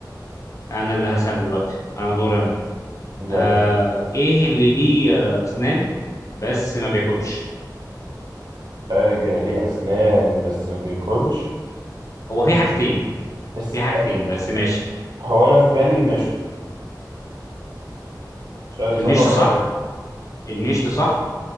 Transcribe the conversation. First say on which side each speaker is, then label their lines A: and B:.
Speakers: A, on the left; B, on the right.
A: انا اللي هسأل دلوقتي انا دور انا
B: يلا
A: آه ايه اللي ليه آه، اسنان بس ما بياكلش
B: حاجة ليه أسنان بس ما بياكلش
A: هو في حاجتين
B: بس
A: في حاجتين بس ماشي
B: هو أنا في بالي المشط مش عارف صح
A: المشط
B: ولا غلط
A: صح المشط صح